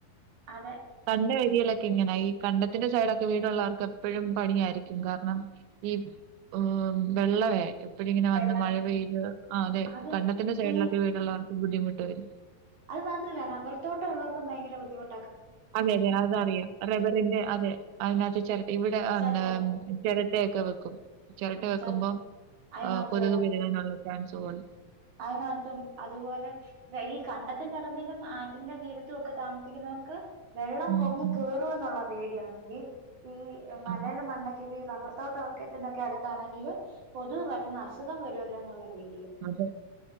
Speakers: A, on the right; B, on the right.
A: അതെ
B: കണ്ട വരികളൊക്കെ ഇങ്ങനെ ഈ കണ്ടത്തിന്റെ സൈഡൊക്കെ വീടുള്ളവർക്ക് എപ്പോഴും പണിയായിരിക്കും കാരണം ഈ ഊ വെള്ളവേ ഇപ്പോഴിങ്ങനെ
A: വെള്ളം
B: വന്ന് മഴ പെയ്ത് ആ അതെ
A: അത്
B: കണ്ടത്തിന്റെ സൈഡിലൊക്കെ
A: ഈ
B: വീടുള്ളവർ ബുദ്ധിമുട്ട് വരും
A: അത് മാത്രല്ല റബർത്തോട്ട ഉള്ളർക്കും ഭയങ്കര ബുദ്ധിമു
B: അതെ അതെ അതറിയാം റബ്ബറിന്റെ അതെ അതിനകത്ത് ചെരട്ടയും ഇവിട അ
A: ചിരട്ടക്കെ
B: ഉം ഉം ചെരട്ടയൊക്കെ വെക്കും ചെരട്ട
A: ഉം
B: വെക്കുമ്പോം
A: ചിരട്ട അതിനകത്ത്
B: ആ കൊതുക്
A: വെള്ളം
B: പിരികാനൊള്ള <unintelligible>
A: അതിനകത്തും അതുപോലെ ഈ കണ്ടത്തിന്റെറമ്പിലും ആറ്റിൻന്റെ തീരത്തൊക്കെ താമസിക്കുന്നവർക്ക് വെള്ളം
B: ഉം
A: പൊങ്ങി
B: ഉം
A: കേറോന്നുള്ള പേടി ടി ആണെങ്കി ഈ മലേല
B: ആ
A: മണ്ണാക്കെ ഈ റബർ തോട്ടം ഒക്കത്തിനൊക്കെ അടുത്താണെങ്കിൽ കൊതുവ വരുന്ന അസുഖം വരുമല്ലോ എന്നുള്ളത് വീഡിയോ
B: അതെ